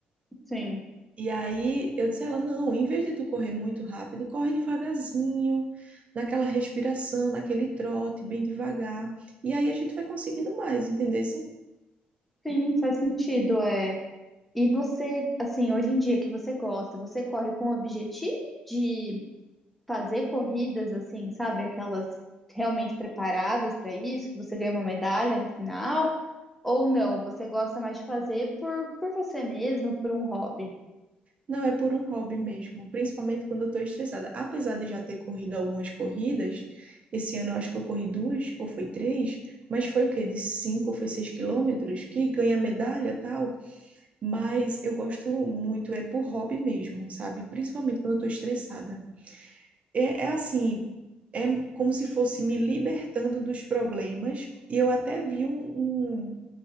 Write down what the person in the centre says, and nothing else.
Sim,
sim, faz sentido. é. E você, assim, hoje em dia que você gosta, você corre com o objetivo de fazer corridas assim, sabe, aquelas realmente preparadas para isso, que você ganha uma medalha no final, ou não? Você gosta mais de fazer por, por você mesmo, por um hobby?